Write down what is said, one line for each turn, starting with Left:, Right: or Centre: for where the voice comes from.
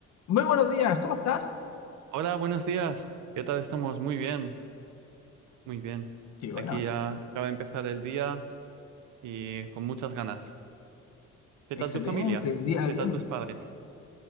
Left: Muy buenos días,
Right: Ho-
Left: ¿cómo estás?
Right: Hola, buenos días. ¿Qué tal estamos? Muy bien, muy bien.
Left: Qué bueno,
Right: Aquí ya acaba de empezar el día y con muchas ganas. ¿Qué
Left: excelente,
Right: tal tu familia?
Left: día
Right: ¿Qué
Left: bien.
Right: tal tus padres?